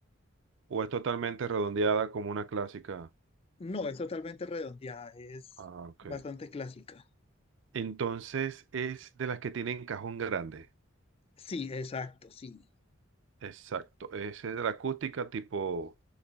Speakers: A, on the right; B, on the left.
A: o es totalmente redondeada como una clásica.
B: No, es totalmente redondeada, es
A: Ah, ok.
B: bastante clásica.
A: Entonces es de las que tienen cajón grande.
B: Sí, exacto, sí.
A: Exacto. Es de la acústica tipo,